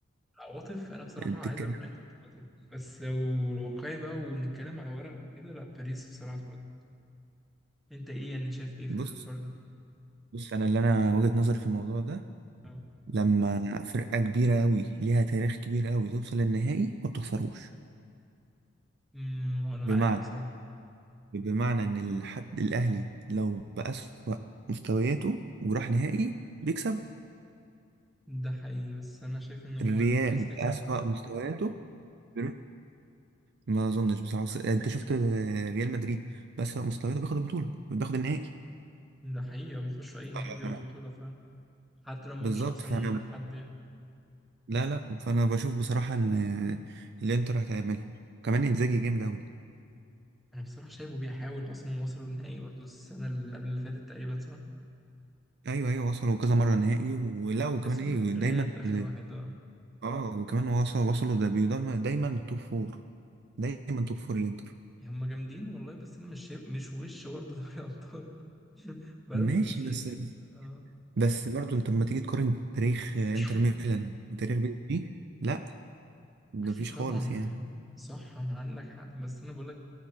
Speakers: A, in the centre; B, on the right.
A: عواطف أنا بصراحة
B: بتتكلم
A: عايز أقول الإنتر تاخدها بس لو واقعي بقى ونتكلم على ورق وكده لأ باريس بصراحة تاخدها أنت إيه يعني شايف إيه في
B: بص
A: الحوار ده؟
B: بص انا اللي انا وجهة نظري في الموضوع ده
A: آه.
B: لما فرقة كبيرة قوي ليها تاريخ كبير قوي توصل للنهائي ما بتخسروش
A: امم وانا
B: بمعنى
A: معاك بصراحة
B: بمعنى ان الحد الاهلي لو بأسوأ مستوياته وراح نهائي بيكسب
A: ده حقيقي بس انا شايف ان هو
B: الريال
A: باريس تكسر
B: بأسوأ
A: القاعدة
B: مستوياته بيرو- ما اظنش بصراحة بس عاوز- انت شفت ريال مدريد بأسوأ مستوياته بياخد البطولة بياخد النهائي
A: ده حقيقي بيخشوا اي نهائي
B: ف-
A: بياخدوا بطولة فعلا. حتى لما
B: بالظبط
A: مش احسن
B: فانا
A: حد يعني
B: لا لا فانا بشوف بصراحه ان الانتر هتعملهم كمان انزاجي جامد اوي
A: انا بصراحه شايفه بيحاول اصلا وصلوا النهائي برضه السنه اللي قبل اللي فاتت تقريبا صح
B: ايوه ايوه وصلوا كذا مره نهائي ولا وكمان
A: خسروا
B: ايه
A: ضد الريال
B: دايما
A: اخر
B: ال-
A: واحد اه
B: اه وكمان وصل وصلوا ده بيضم- دايما توب فور دايما توب فور الانتر
A: هم جامدين والله بس انا مش شايف مش وش برضه دوري ابطال <laughs> بقالهم
B: ماشي
A: كتير
B: بس
A: اه
B: بس برضه انت لما تيجي تقارن تاريخ
A: <coughs>
B: انتر ميلان وتاريخ بي اس جي لا ده
A: اكيد
B: مفيش
A: طبعا
B: خالص يعني
A: صح انا عندك حق بس انا بقول لك